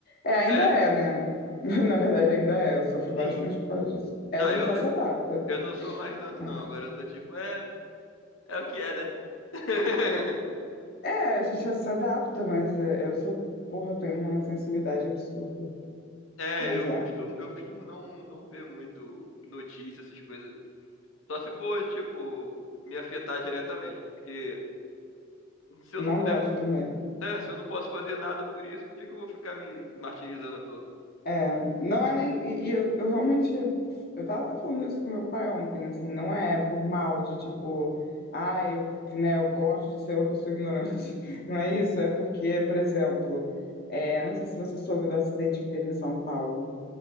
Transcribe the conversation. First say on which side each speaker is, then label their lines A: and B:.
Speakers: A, on the left; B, on the left.
A: É, ainda
B: É,
A: é, né? <laughs> Na verdade, ainda é. Eu sofro bastante
B: sim.
A: por causa disso. É,
B: Não,
A: a gente
B: eu,
A: só
B: eu,
A: se adapta.
B: eu não sou mais tanto,
A: Mas...
B: não. Agora eu tô tipo, é, é o que é, né? <laughs>
A: É, a gente já se adapta, mas é, eu sou. Porra, eu tenho uma sensibilidade absurda.
B: É,
A: Mas
B: eu
A: é.
B: costumo, eu costumo não, não ver muito notícias, essas coisas. Só se for, tipo, me afetar diretamente, porque se eu
A: Não
B: não puder,
A: gosto também.
B: né, se eu não posso fazer nada por isso, por que que eu vou ficar me martirizando à toa?
A: É, não é nem. E, e eu, eu realmente. Eu tava até falando isso com meu pai ontem, assim, não é por mal de tipo. Ah, eu, né, eu gosto de ser uma pessoa ignorante. <laughs> Não é isso, é porque, por exemplo, é, não sei se você soube do acidente que teve em São Paulo,